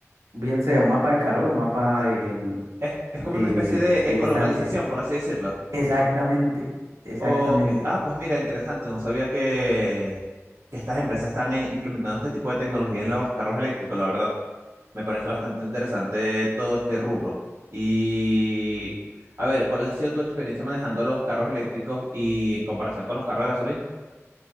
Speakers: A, on the right; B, on the right.
A: bien sea un mapa de calor o un mapa de, mm,
B: Es, es
A: de,
B: como una especie de
A: de
B: ecolocalización,
A: distancia.
B: por así decirlo.
A: Exactamente, exactamente.
B: Ok. Ah, pues mira, interesante. No sabía que, que estas empresas están eh, implementando este tipo de tecnología en los carros eléctricos, la verdad. Me parece bastante interesante todo este rubro. Y a ver, ¿cuál ha sido tu experiencia manejando los carros eléctricos y en comparación con los carros de gasolina?